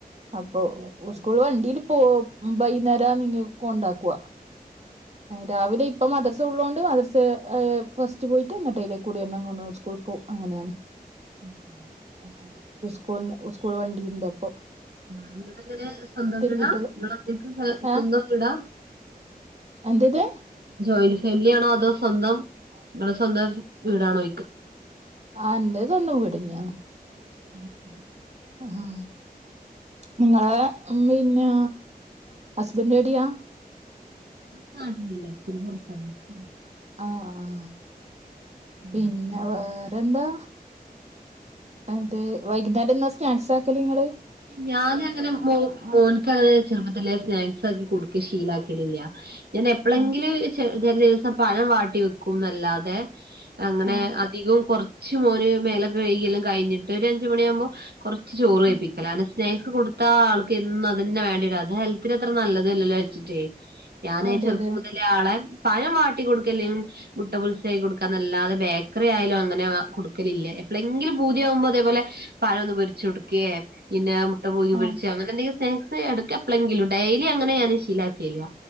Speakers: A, on the right; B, on the right.
A: അപ്പൊ
B: അയ് ശരി
A: സ്കൂൾ വണ്ടി പോവും വയ്യുന്നേര ഇങ്ങ് കൊണ്ടാക്കുവ രാവിലെ ഇപ്പ മദ്റസ ഉള്ളോണ്ട് മദ്രസെ ഫസ്റ്റ് പോയിട്ട്ങ്ങട്ട അലേ കൂടിസ് പോവും കുഴപ്പൊ അങ്ങനെയാ
B: <inaudible>
A: സ്കൂൾ സ്കൂൾ വണ്ടിണ്ടപ്പൊ
B: ആ നിങ്ങളെങ്ങനെയാ സ്വന്തം വിടാ
A: കുട്ടികള്
B: നിങ്ങള
A: ആഹ്
B: സ്വന്തം വീടാ
A: എന്റത്
B: ജോയിന്റ് ഫാമിലിയാണോ അതോ സ്വന്തം ങ്ങളെ സ്വന്തം വീടാണോ
A: ആ് എന്റെ സ്വന്തം വീടുതന്ന്യാന്ന്
B: അയ് ശരി
A: ആ നിങ്ങളെ പിന്നെ ഹസ്ബന്റെ ടിയാ
B: കാണില്ല പോരാത്തതിന്
A: ആ ആ പിന്നെ
B: നാട്ടില്
A: വേറെ ന്താ അതെ വൈകുന്നേരം എന്താ സ്നാക്സ് ആക്കൽ ങ്ള്
B: ഞാൻ അങ്ങ്നെ മോൾക്ക് മോൻക്ക്ങ്ങനെ ചെറുപ്പത്തില് സ്നാക്സ് ആക്കി കൊടുക്ക ഷീല ആക്കിയിട്ടില്ല ഞാൻ എപ്പളെങ്കിലും
A: ആഹ്
B: ചെല ദിവസം പഴം വാട്ടി വെക്കും എന്നല്ലാതെ അങ്ങനെ
A: ആഹ്
B: അധികം കുറച്ച് മോന് മേലൊക്കെ കൈകില്ലാം കഴിഞ്ഞിട്ട് ഒരു അജ്ജ് മണിയാവുമ്പോൾ കൊറച്ച് ചോറ് കഴിപ്പിക്കും
A: ആഹ്
B: സ്നാക്സ് കൊടുത്ത ആൾക്കെ ന്നും അതന്നെ വേണ്ടി വരും അത് ഹെൽത്തിന് അത്ര നല്ലതല്ലല്ലോച്ചി ട്ടെ ഞാന്
A: അതെ
B: ചെറുപ്പം
A: അതെ
B: മുതലേ ആളെ പഴം വാട്ടിൊടുക്കല്ലെങ്കും മുട്ട പുൾസ ആക്കി കൊടുക്കാൻ അല്ലാതെ ബേക്കറി ആയാലും അങ്ങനെ കൊടുക്കലില്ല എപ്പളെങ്കിലും പൂതിയാവുമ്പോ ഇങനെ പഴം ഒന്ന് പിരിച്ചോടുക്കേ പിന്നെ മുട്ട പുഴുഗി വരിച്ച്
A: ആഹ്
B: അങ്ങനെ എന്തെങ്കിലും സ്നക്സ് എടക്ക് എപ്പളെങ്കിലും ഡയലി അങ്ങനെ ഞാൻ ശീല ആക്കല്ല